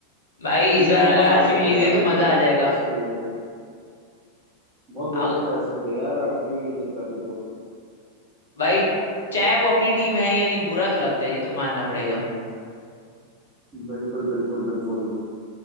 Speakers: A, on the left; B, on the right.
A: भाई
B: क्योंकि
A: इस बार अगर
B: बहुत साल
A: आरसीबी
B: हो गए
A: जीत
B: यार
A: गई तो
B: बहुत
A: मजा
B: बुरा
A: आ
B: लगता
A: जाएगा
B: है उसके लिए बहुत बुरा
A: अग-
B: लगता है उसके लिए यार आरसीबी नहीं जीत पाती तो
A: भाई चाहे वो अपनी टीम है या नहीं बुरा तो लगता है ये तो मानना पड़ेगा
B: बिल्कुल बिल्कुल बिल्कुल